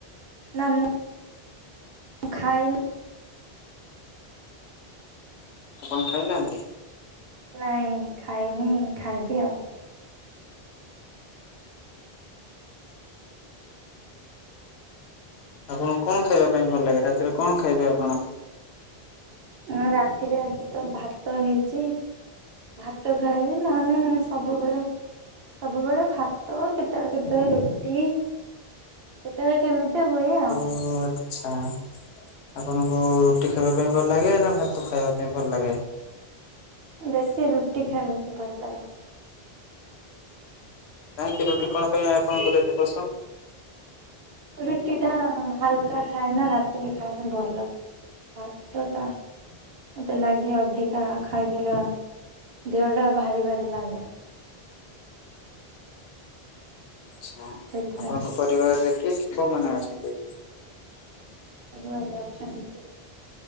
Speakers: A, on the right; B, on the left.
A: ନା, ମ ଖାଇନି।
B: ଆପଣ ଖାଇନାହାନ୍ତି?
A: ନାଇଁ ଖାଇନି, ଖାଇବି ଆଉ।
B: ଆପଣଙ୍କୁ, କଣ ଖାଇବା ପାଇଁ ଭଲ ଲାଗେ? ରାତିରେ କଣ ଖାଇବେ ଆପଣ?
A: ନା, ରାତିରେ ଆଜି ତ ଭାତ ହେଇଚି। ଭାତ ଖାଇବି, ନହେଲେ ସବୁବେଳେ ସବୁବେଳେ ଭାତ, କେତେଳେ, କେତେଳେ ରୁଟି। କେତେ ବେଳେ କେମିତି ହୁଏ ଆଉ।
B: ହଁ। ଆଛା। ଆପଣଙ୍କୁ ରୁଟି ଖାଇବା ପାଇଁ ଭଲ ଲାଗେ ନା ଭାତ ଖାଇବା ପାଇଁ ଭଲ ଲାଗେ?
A: ବେଶୀ ରୁଟି ଖାଇବା କୁ ଭଲ ଲାଗେ।
B: କାହିଁକି ରୁଟି କଣ ପାଇଁ ଆପଣଙ୍କର ଏତେ ପସନ୍ଦ?
A: ରୁଟି ଟା ହାଲକା ଥାଏ ନା,, ରାତିରେ ଖାଇଁଲେ ଭଲ। ଭାତ ଟା ମୋତେ ଲାଗେ ଅଧିକା ଖାଇଦେଲେ ଦେହଟା ଭାରି ଭାରି ଲାଗେ।
B: ଆଛା
A: ସେଥିପାଇଁ
B: ଆପଣଙ୍କ ପରିବାରରେ କିଏ କୋଉମାନୋ ଅଛନ୍ତି?
A: ପରି ବରରେ ଆଚନ୍ତି,